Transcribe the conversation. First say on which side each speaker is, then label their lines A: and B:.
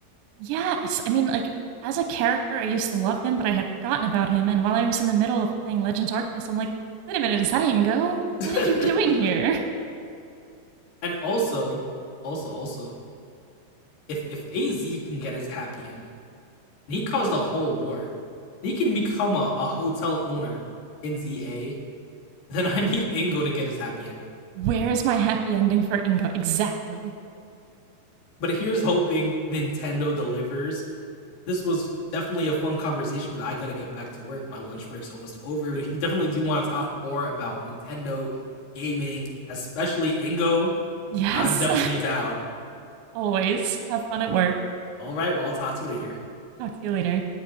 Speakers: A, on the right (about 80°); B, on the left (about 65°).
A: Yes. I mean, like, as a character, I used to love him, but I had forgotten about him. And while I was in the middle of playing Legends Arceus, I'm like, wait a minute, is that Ingo?
B: <laughs>
A: What are you doing here?
B: and also, also, also, if if AZ can get his happy ending, and he caused a whole war, he can become a, a hotel owner in ZA, then I need Ingo to get his happy ending.
A: <laughs> Where is my happy ending for Ingo? Exactly.
B: But here's hoping Nintendo delivers this was definitely a fun conversation, but I gotta get back to work. My lunch break's almost over. But if you definitely do want to talk more about Nintendo gaming, especially Ingo,
A: Yes.
B: I'm definitely down.
A: <laughs> Always. Have fun at work.
B: All right, well, I'll talk to you later.
A: Talk to you later.